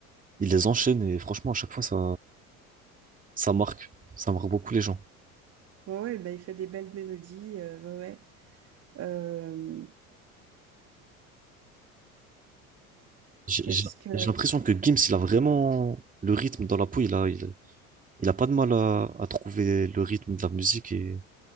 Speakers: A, on the right (about 20°); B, on the right (about 35°).
A: Il les enchaîne. Et franchement, à chaque fois, ça, ça marque. Ça marque beaucoup les gens.
B: Ouais, ouais, ben, il fait des belles mélodies. euh, ouais, ouais. Euh,
A: J'ai
B: qu'est-ce
A: j'ai-
B: que. ouais,
A: j'ai l'impression que Gims, il a vraiment le rythme dans la peau. Il a, il, il a pas de mal à, à trouver le rythme de la musique. Et